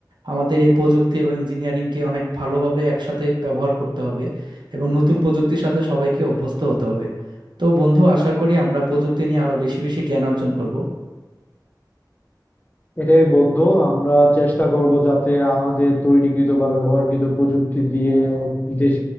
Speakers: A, on the right (about 80°); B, on the left (about 25°).
A: আমাদের এই প্রযুক্তি এবং ইঞ্জিনিয়ারিংকে অনেক ভালোভাবে একসাথে ব্যবহার করতে হবে এবং নতুন প্রযুক্তির সাথে সবাইকে অভ্যস্ত হতে হবে তো বন্ধু আশা করি আমরা প্রযুক্তি নিয়ে আরো বেশি বেশি জ্ঞান অর্জন করব
B: এটাই বলতো আমরা চেষ্টা করব যাতে আমাদের তৈরিকৃত বা ব্যবহারকৃত প্রযুক্তি দিয়ে দেশ